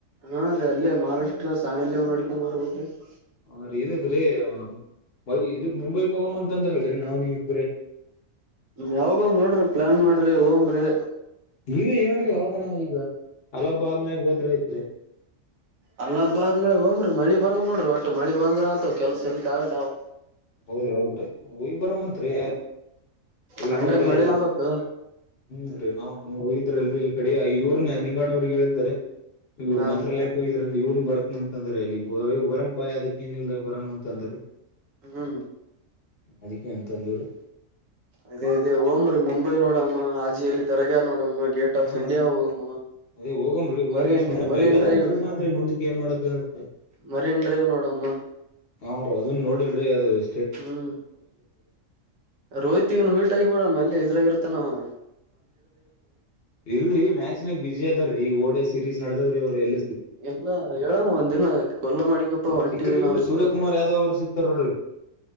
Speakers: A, on the right; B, on the left.
A: ಹಾ ರೀ ಅಲ್ಲೇ ಮಹಾರಾಷ್ಟ್ರ ಸಾಮಿ ನೋಡ <unintelligible>
B: ಹಾ <unintelligible> ಬೈ ಇದಕ್ ಮುಂಬೈಕ್ ಹೋಗಮ್ಮ ಅಂತ ಅಂದ್ರಲ್ರಿ ನಾವ್ ನೀವ ಇಬ್ರೇ.
A: ಯಾವಾಗ ನೋಡ್ರಿ ಪ್ಲಾನ್ ಮಾಡ್ರಿ ಹಂಬ್ರಿ.
B: ನೀವೆ ಹೇಳ್ರಿ ಯಾವದನ ಈಗ. ಹಲಬಾದ್ಮ್ ಮೇ ಹೋದ್ರ ಐತ್ರಿ
A: ಅಲ್ಲಬಾದ್ಗಳ ಒಮ್ರೀ ಮಳಿ ಬರಂಗ ಕೊಡ್ರಿ ಒಟ್ಟು ಮಳಿ ಬಂದ್ರ ಆತ ಕೆಲ್ಸ ಇಲ್ಕ್ ಆಗಲ್ಲ ಅವು.
B: ಹೌದ್ರಿ ಹೌದ್ರಿ ಹೋಯ್ತ್ ಬರಮ್ ಅನ್ತ್ರಿ ಒಯಿ
A: ಕಂಡಾಗ
B: ಬಂದ್ರ ಆಯ್ತು
A: ಮಳೆ ಆಗ್ಬೇಕು
B: <unintelligible> ಯಲ್ರು ಈ ಕಡೆ ಇವ್ರನ ನಿಂಗಾಣವ್ರಿಗೆ ಹೇಳಿದ್ದಾರೆ. ಇವರು
A: ಹಾ
B: ಮಂತ್ರಾಲಯಕ್ಕೆ ಹೋಗಿದು. ಇವನ್ ಬರ್ತನ ಅಂತಂದ್ರೆ ಇಲ್ಲಿ ವರಂ ಪಾಯ ಅದಕ್ಕೆ ಏನಿಲ್ಲ ಬರಮ ಅಂದ್ರು.
A: ಹ್ಮ್
B: ಅದಿಕ್ಕೆ ಅಂತದಾರು.
A: ಅದೇ ಅದೇ ಓಂ <unintelligible> ಮುಂಬೈ ನೋಡಮ್ಮ ಹಾಜಿಯಲ್ಲಿ ತರಗ ನೋಡಮ್ಮ. ಗೇಟ್ ಆಫ್
B: ಹಾ
A: ಇಂಡಿಯಾ ಹೋಗಮ್ಮ
B: ಅದೇ ಹೋಗಮ್ರಿ ಹೋಗಿಷ್ಟ
A: ಮರಿನ್
B: ನೋಡಾನ್ರಿ
A: ಮರಿನ್
B: ಇರುವುದು
A: ಡ್ರೈವ್
B: ಒಂದು ಜೀವನ ಮುಂದಕ್ಕೆ ಏನ್ ಮಾಡಕ ಆಗುತ್ತೆ.
A: ಮರಿನ್ ಡ್ರೈವ್ ನೋಡಮ್ಮ
B: <unintelligible>
A: ಹ್ಮ್ ರೋಹಿತ್ಗೂನ್ ಮೀಟ್ ಆಗಬಿಡಮ ಅಲ್ಲಿ ಇದ್ರಾಗಿರ್ತ್ತ. ಇತ್ತನವ
B: ಇಲ್ರಿ ಮ್ಯಾಚಿನಾಗ ಬಿಝಿ ಅದಾರೀ ಓಡೆಸ್. ಸೀರೀಸ್ ನಡೆದವ್ರೆ ಅವರು ಎಲ್ಲೂ.
A: ಎಲ್ಲ ಹೇಳಮ್ಮ ಒಂದಿನ ಕೊಲ್ಲ ಮಾಡಿಕಪ್ಪ ಹೊಂಟಿವಿ
B: ಸಿಕ್ಕ್ರಿ ಇವ್ರು
A: ನಾವಿಬ್ರು.
B: ಸೂರ್ಯಕುಮಾರ್ ಯಾದವ್ ಅವ್ರು ಸಿಕ್ತಾರ ನೋಡ್ರಿ